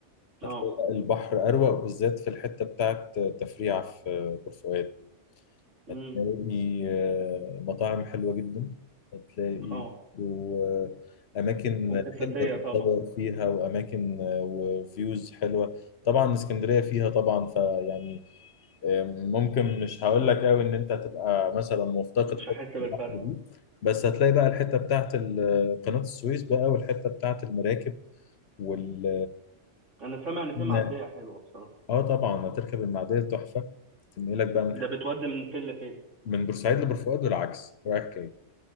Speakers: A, on the right; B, on the left.
A: اه
B: هتلاقي البحر أروق بالذات في الحتة بتاعت تفريع في بورسعيد
A: امم
B: هتلاقي آه، مطاعم حلوة جدا هتلاقي
A: اه
B: وأماكن
A: وكاساتيه
B: حلوة
A: طبعا
B: تتصور فيها وأماكن آه، وفيوز حلوة طبعا اسكندرية فيها طبعا فيعني آه، ممكن مش هقول لك قوي إن أنت هتبقى مثلا مفتقد
A: مش
B: حتة
A: هحس بالفرق
B: البحر دي بس هتلاقي بقى الحتة بتاعت ال- قناة السويس بقى والحتة بتاعت المراكب وال
A: انا سامع ان في معديه
B: آه،
A: حلوه بصراحه
B: اه طبعا هتركب المعديه تحفه تنقلك بقى من
A: ده بتودي من فين لفين
B: من بورسعيد لبورفؤاد والعكس رايح جاي